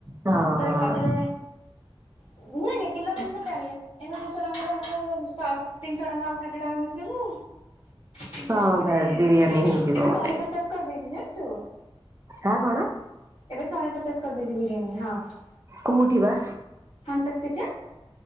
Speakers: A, on the right; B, on the left.
A: ହଁ
B: ତ
A: ହଁ
B: ଏକାଥରେ ନୁହେ କି କିଲୋ ଦୁଇ ଶହ ଚାଳିଶ। ଏଇନା ଦୁଇଶହ ଟଙ୍କାରେ ଆମର ସାଶ। ତିନିଶହ ଟଙ୍କା ଆଉ ଷାଠିଏ ଟଙ୍କା ମିଶିଇଲେ ତିନିଶହ
A: ହଁ
B: ଟଙ୍କାରେ
A: ବାସ୍
B: ବିରିୟାନୀ।
A: ହେଇଯିବ
B: ଏବେ
A: ଗୋଟେ।
B: ଶହେ ପଚାଶ କରିଦେଇଚି ଜାଣିଚୁ।
A: ହାଁ କଣ?
B: ଏବେ ଶହେ ପଚାଶ କରିଦେଇଚି ବିରିୟାନୀ ହାଫ୍।
A: କୋଉଠି ବା?
B: Santa's kitchen.